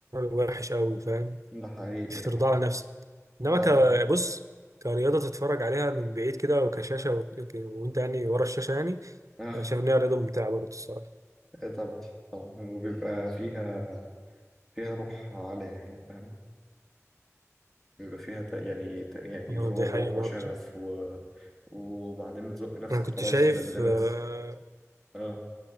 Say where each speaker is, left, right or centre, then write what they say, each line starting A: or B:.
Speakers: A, on the right; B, in the centre.
A: وحش قوي فاهم
B: ده حقيقي
A: مش
B: يعني
A: هترضى على نفسك انما
B: اه
A: ك-
B: طبعا
A: بص كرياضه تتفرج عليها من بعيد كده وكشاشه وت- وك- وانت يعني ورا الشاشه يعني
B: اه
A: انا شايف ان هي رياضه ممتعه برضه الصراحه
B: إيه طبعا طبعا وبيبقى فيها فيها روح عالية يعني فاهم بيبقى فيها ت- يعني ت- يعني
A: اه
B: اللي هو
A: دي
B: روح
A: حقيقه برضه
B: وشغف و... وبعدين بتزق نفسك
A: انا كنت
B: خلاص
A: شايف
B: للليميتس
A: اه
B: اه